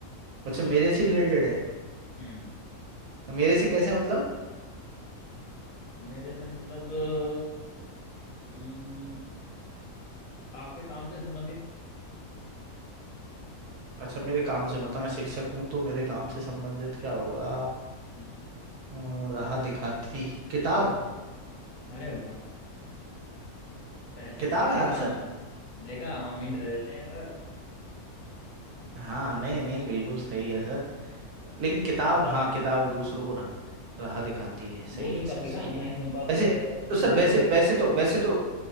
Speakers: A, on the right; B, on the left.
A: अच्छा मेरे से रिलेटेड है
B: हम्म
A: तो मेरे से कैसे मतलब
B: मेरे से मतलब अ, हम्म, आपके काम से संबंधित
A: अच्छा मेरे काम से मतलब मैं शिक्षक हूँ तो मेरे काम से संबंधित क्या होगा
B: हम्म,
A: अम, राह दिखाती किताब
B: अरे वाह पहचान
A: किताब
B: गए
A: है
B: देखा
A: आंसर
B: देखा हम हिंट दे देते हैं सर
A: हाँ नहीं नहीं बिल्कुल सही है सर
B: हम्म,
A: लेकिन किताब
B: किताब
A: हाँ
B: लो
A: किताब दूसरों को राह राह दिखाती
B: हम्म,
A: है सही
B: बोल नहीं
A: है सर
B: पाती
A: सही
B: ना
A: है
B: ना ही सुन पाती
A: वैसे
B: है और अंधी
A: तो सर वैसे
B: है वैसे
A: वैसे तो वैसे तो